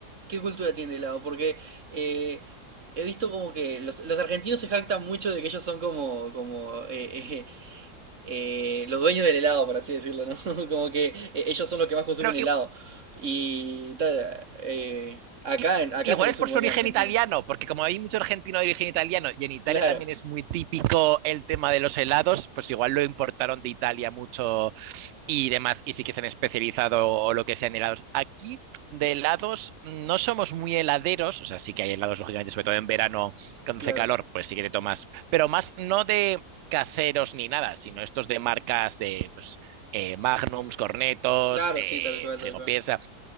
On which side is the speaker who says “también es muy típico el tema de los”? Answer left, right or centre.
Right